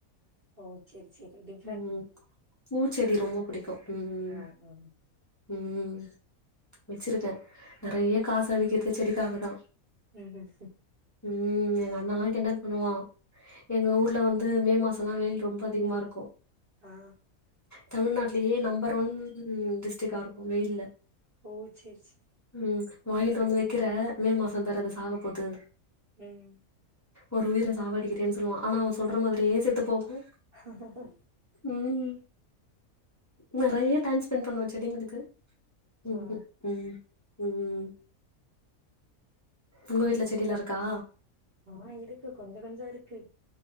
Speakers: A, on the right; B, on the left.
A: ஓ சேரி சேரி டிஃப்
B: ம் பூச்செடி ரொம்ப புடிக்கு ம் ம்
A: ஆ ஆ
B: ம் ம் வெச்சிருக்கே நெறைய காஸ் அழிக்கறது செடிக்காக தா
A: ம்
B: ம் எங்க அண்ணல்லா கிண்டல் பண்ணுவா எங்க ஊர்ல வந்து மே மாசோல்லா வெயில் ரொம்ப அதிகமாருக்கு
A: ஆ
B: தமிழ்நாட்லயே நம்பர் ஒன் டிஸ்ட்ரிக்கா இருக்கு வெயில்ல
A: ஓ சேர் சேரி
B: ம் வாங்கிட்டு வந்து வெக்கிற மே மாசோ தரே அது சாக போது
A: ம்
B: ஒரு உயிர சாவாடிக்கிறயேனு சொல்லுவா ஆனா அவ சொல்ற மாதிரியே செத்து போகு
A: ஆஹ
B: ம் நெறைய டைம் ஸ்பெண்ட் பண்ணுவே செடிங்களுக்கு ம்
A: ஆ
B: ம் ம் ம் உங்க வீட்ல செடில்லா இருக்கா
A: ஆ இருக்கு கொஞ்ச கொஞ்சோ இருக்கு